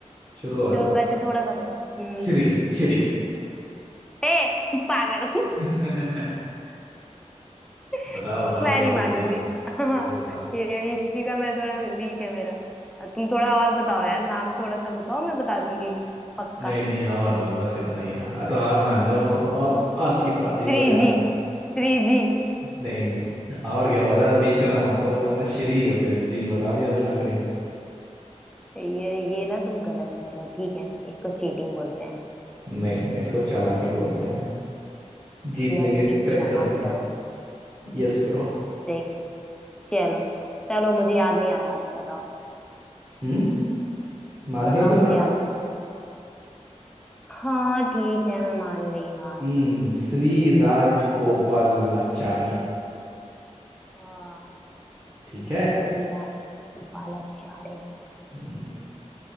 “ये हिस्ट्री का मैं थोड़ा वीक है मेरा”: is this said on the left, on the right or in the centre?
Centre